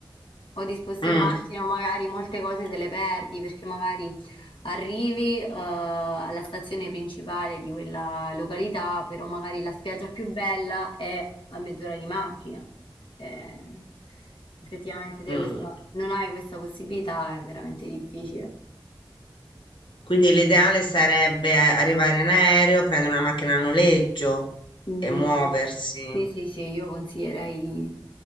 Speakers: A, on the left; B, on the left.
A: o disposti
B: mm,
A: in macchina o magari molte cose te le perdi perché magari arrivi, eh, alla stazione principale di quella località, però magari la spiaggia più bella è a mezz'ora di macchina. Eh, effettivamente se
B: mm.
A: questa- non hai questa possibilità è veramente difficile.
B: Quindi l'ideale sarebbe eh, arrivare in aereo, prendere una macchina a noleggio
A: Mhmm,
B: e muoversi.
A: sì. Sì, sì, sì, io consiglierei